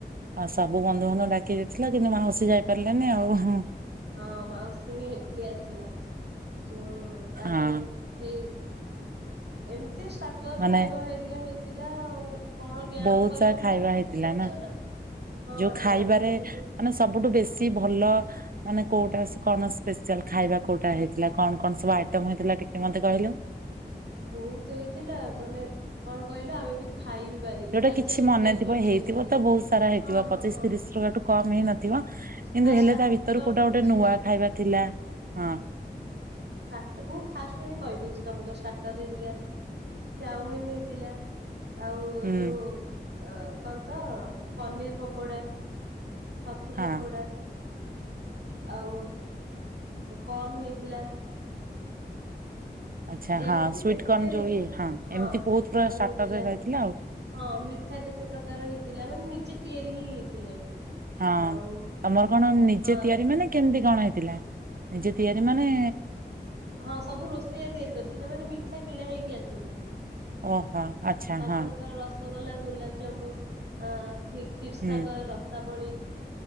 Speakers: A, on the right; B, on the right.
A: ଆ ସବୁ ବନ୍ଧୁବାନ୍ଧବ ଡାକି ଦେଇଥିଲା କିନ୍ତୁ ମାନେ ମାଉସୀ ଯାଇ ପାରିଲେନି ଆଉ।
B: ହଁ ମାଉସୀ ହିଁ ଏକୁଟିିଆ ଆସିନ ଯଉ ତାପରେ
A: ହଁ
B: ହେଇ ଏମିତି ଷ୍ଟାଟର
A: ମାନେ
B: ଖାଇବା ହେରିକା ହେଇଥିଲା ଆଉ। କଣ ଡ୍ୟାନ୍ସ
A: ବହୁତ
B: କରିବି
A: ସାରା
B: ବୋଲି
A: ଖାଇବା
B: ଭାବୁଥିଲୁ
A: ହେଇଥିଲା
B: ଜାଣିଛ ନା ହଁ
A: ଯୋଉ ଖାଇବାରେ
B: ଡ୍ୟାନ୍ସ କରିବୁ ବୋଲି
A: ମାନେ ସବୁଠୁ ବେଶୀ ଭଲ ମାନେ କୋଉଟା ସ କଣ ସ୍ପେଶାଲ ଖାଇବା କୋଉଟା ହେଇଥିଲା କଣ କଣ ସବୁ ଆଇଟମ ହେଇଥିଲା ଟିକେ ମତେ କହିଲୁ।
B: ବହୁତ ହେଇଥିଲା ମାନେ କଣ କହିଲୁ ଆମେ ବି ଖାଇ ବିି ପାରିନୁ।
A: ଯୋଉଟା
B: ଖାଲି
A: କିଛି
B: ଯାହା ଡିସାଇଡ
A: ମନେଥିବ
B: କରିଛୁ
A: ହେଇଥିବ
B: ଇଏ
A: ତ ବହୁତ ସାରା ହେଇଥିବ
B: ହଁ ହଁ
A: ପଚିଶ
B: ହଁ।
A: ତିରିଶ ପ୍ରକାରଠୁ କମ ହେଇ ନଥିବ କିନ୍ତୁ
B: ଫାଷ୍ଟ
A: ହେଲେ
B: ଷ୍ଟାର୍ଟର
A: ତା ଭିତରୁ କୋଉଟା
B: କହୁଛି
A: ଗୋଟେ ନୂଆ
B: ହେଲା
A: ଖାଇବା ଥିଲା ହଁ।
B: ଷ୍ଟଆଟ ମୁଁ ଫାଷ୍ଟ ରୁ ହିଁ କହିଦଉଛି ତମକୁ ଷ୍ଟାର୍ଟରେ ଏରିଆ ଚାଉମିିନ ହେଇଥିଲା। ଆଉ
A: ହୁଁ
B: ଯୋଉ ଅ କଣତ ପନିର ପକୋଡା। ଛତୁ
A: ହଁ।
B: ପକୋଡ଼ା। ଆଉ କର୍ନ ହେଇଥିଲା।
A: ଆଚ୍ଛା
B: ଏମିତି
A: ହଁ ସୁଇଟ
B: କେତେ
A: କର୍ଣ୍ଣ ଯୋଉ
B: ହେଇଥିଲା
A: ଇଏ
B: ହଁ
A: ଏମିତି
B: ସୁଟକଣ
A: ବହୁତ ପୁରା ଷ୍ଟାର୍ଟରରେ
B: ହେଇଥିଲା।
A: ରହିଥିଲା ଆଉ
B: ହଁ ମିଠା କେତେ ପ୍ରକାର ହେଇଥିଲା ମାନେ ନିଜେ ତିଆରି ହିଁ ହେଇଥିଲା ଏଇଠୁ।
A: ହଁ
B: ଆଉ
A: ତମର କଣ ନିଜେ
B: ହଁ
A: ତିଆରି ମାନେ କେମିତି କଣ ହେଇଥିଲା। ନିଜେ ତିଆରି ମାନେ
B: ହଁ ସବୁ ରୋଷେଇଆ ତିଆରି କରିଛନ୍ତି ନା ମାନେ ମିଠା କିଣା ହେଇକି ଆସିନି।
A: ଓହୋ ଆଚ୍ଛା
B: ସବୁ
A: ହଁ
B: ପ୍ରକାର ରସଗୋଲା ଗୋଲାପଜାମୁନ ଆ ଖିକ କ୍ଷୀରସାଗର
A: ହୁଁ
B: ରସାବଳୀ